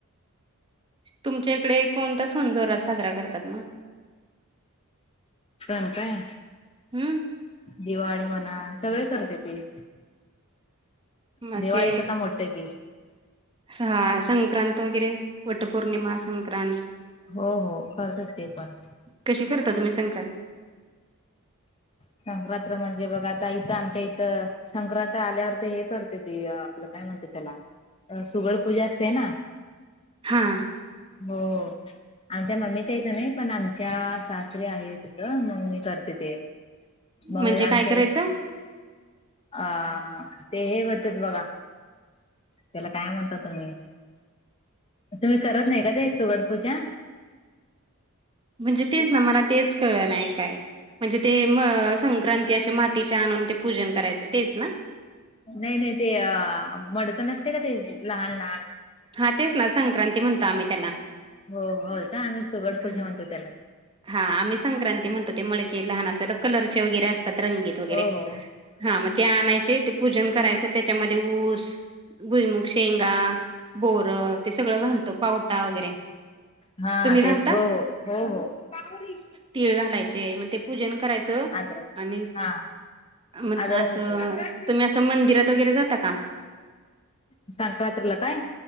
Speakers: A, on the right; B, on the left.
A: तुमच्या इकडे कोणता सनजोरा साजरा करतात मग
B: सण काय
A: हम्म
B: दिवाळी म्हणा सगळे करते ते
A: असे
B: दिवाळीच आता मोठं की
A: ह संक्रांत वगैरे वटपौर्णिमा संक्रांत
B: हो हो करतात ते पण
A: कशी करता तम्ही सांगताल
B: संक्रांत्र म्हणजे बघ आता इथं आमच्या इथं संक्रत आल्यावर ते हे करते ती आपलं काय म्हणते त्याला सुगळ पूजा असते ना
A: हा
B: हम आमच्या मम्मीच्या इथं नाही पण आमच्या सासरी आहेत तिथ मम्मी करते ते मग
A: म्हणजे
B: आमच्या
A: काय करायचं
B: अ ते हे म्हटतात बघा त्याला काय म्हणता तुम्ही तुम्ही करत नाही का ते सुगड पूजा
A: म्हणजे तेच ना मला तेच कळ नाही काय म्हणजे ते म संक्रांती अ मातीच्या आणून ते पूजन करायचं तेच ना
B: नाही नाही ते अ मडकण असते का ते लहान लहान
A: हा तेच ना संक्रांती म्हणतो आम्ही त्याला
B: हो होय का आम्ही सुगट पूजा
A: हा
B: म्हणतो त्याला
A: हा आम्ही संक्रांती म्हणतो ते मळके लहान अस कलरचे वगैरे असतात रंगीत वरे
B: हो हो
A: हा मग ते आणायचे पूजन करायच त्याच्यामध्ये ऊस भुईमुूग शेंगा बोर ते सगळं घालतो पावटा वगैरे
B: हा
A: तुम्ही घाल
B: तेच हो हो हो हो
A: तीळ घालायचे मग ते पूजन करायचं
B: अद्रक
A: आणि
B: हा
A: मग
B: अद्रक
A: असं
B: येतो
A: तुम्ही असं मंदिरात वगैरे जाता का
B: सांकातला काय